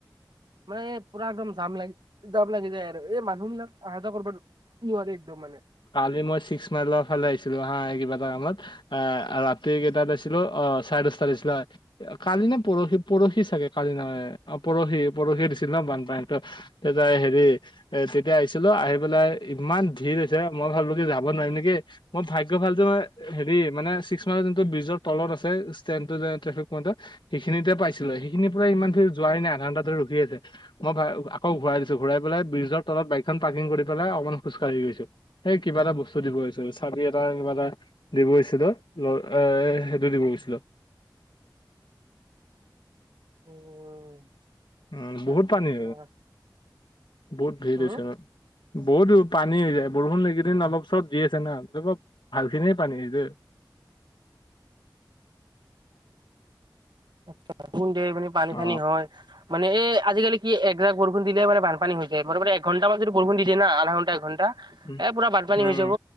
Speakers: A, on the right; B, on the left.
A: মানে পুৰা একদম জাম লাগি, জাম লাগি যায় আৰু এই মানুহবিলাক অহা যোৱা কৰোতে। কিবা একদম মানে
B: কালি মই ছিক্স মাইলৰ ফালে আহিছিলো হাঁ, এই কিবা এটা কামত। এ' ৰাতি কেইটাত আছিলো, অহ', চাৰে দ'হটাত আছিলো। কালি নে পৰহি, পৰহি চাগে, কালি নহয়। অহ', পৰহি-পৰহি দিছিল ন বানপানীতো। তেতিয়া তাই হেৰি এ' তেতিয়া আহিছিলো, আহি পেলাই ইমান ভিৰ হৈছে, মই ভাবো কি যাব নোৱাৰিম নেকি। মোৰ ভাগ্য ভাল যে মই হেৰি মানে ছিক্স মাইলৰ যোনটো ব্ৰিজৰ তলত আছে ষ্টেটেন টো যে পইটত- সেইখিনিতে পাইছিলো। সেইখিনিৰ পৰা ইমানখিনি যোৱাই নাই আধাঘণ্টাতে ৰখি আছে। মই আকৌ ঘূৰাই দিছো, ঘূৰাই পেলাই ব্ৰীজৰ তলত বাইকখন পাৰ্কিং কৰি পেলাই অকণ খোজ কাঢ়ি গৈছো। সেই কিবা এটা বস্তু দিব আহিছিলো চাবি এটা কিবা এটা। দিব আহিছিলো এ' সেইটো দিব গৈছিলো।
A: উম।
B: উমঁ,
A: আচ্ছা
B: বহুত
A: আচ্ছা
B: পানী,
A: আচ্ছা।
B: বহুত ভিৰ
A: হম।
B: দিছে। বহুত পানী হৈ যায়। বৰষুণ এইকেইদিন অলপ-চলপ দি আছে না ভালখিনিয়ে পানী হৈ যায়।
A: এইকেইদিন মানে বানপানী
B: অ',
A: হয়। মানে এই আজিকালি কি এজাক বৰষুণ দিলে মানে বানপানী হৈ যায়। মানে এঘণ্টা মান যদি বৰষুণ দি দিয়ে না আধা ঘণ্টা, এঘণ্টা-
B: উম
A: এ' পুৰা বানপানী
B: উম
A: হৈ যাব।